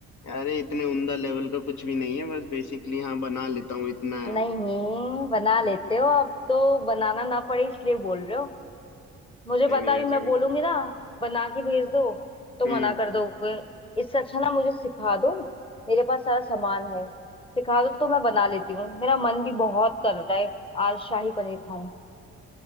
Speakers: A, on the left (about 70°); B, on the left (about 20°).
A: अरे इतने उमदा लेवल का कुछ भी नहीं है बस बेसिकली हाँ बना लेता हूँ इतना है
B: नहीं बना लेते हो अब तो बनाना ना पड़े इसलिए बोल रहे हो मुझे
A: नहीं
B: पता
A: नहीं
B: अभी
A: ऐसा
B: मैं
A: कुछ
B: बोलूंगी ना बना के भेज दो तो
A: हम्म
B: मना कर दोगे इससे अच्छा ना मुझे सिखा दो मेरे पास सारा सामान है सिखा दो तो मैं बना लेती हूँ मेरा मन भी बहुत कर रहा है आज शाही पनीर खाऊं